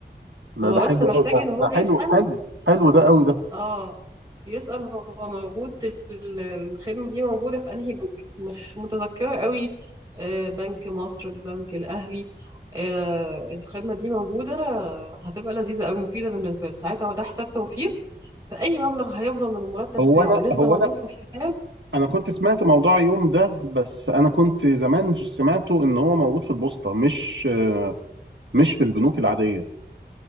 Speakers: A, on the right (about 85°); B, on the right (about 20°).
A: لا
B: هو
A: ده
B: بس
A: حلو
B: محتاج
A: قوي ده
B: ان هو
A: ده حلو
B: يسأل
A: حلو حلو ده قوي ده
B: اه يسأل هو موجود ال- الخدمة دي موجودة في انهي بنك مش متذكرة قوي آه، بنك مصر البنك الأهلي آه، الخدمة دي موجودة هتبقى لذيذة قوي مفيدة بالنسبة له ساعتها هو ده حساب توفير فأي مبلغ هيفضل من المرتب
A: هو
B: بتاعه
A: انا
B: لسه
A: هو
B: موجود في الحساب
A: انا كنت سمعت موضوع يوم ده بس انا كنت زمان سمعته ان هو موجود في البوسطه مش مش في البنوك العاديه